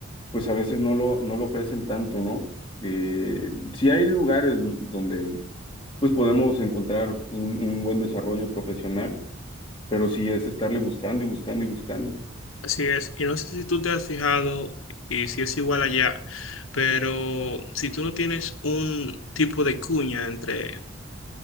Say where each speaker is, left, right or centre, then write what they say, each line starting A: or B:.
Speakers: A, on the left (about 25°); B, on the left (about 85°).
A: pues a veces no lo, no lo ofrecen tanto, ¿no? Eh, sí hay lugares donde pues podemos encontrar un, un buen desarrollo profesional, pero sí es estarle buscando y buscando y buscando.
B: Así es, y no sé si tú te has fijado y si es igual allá. Pero si tú no tienes un tipo de cuña entre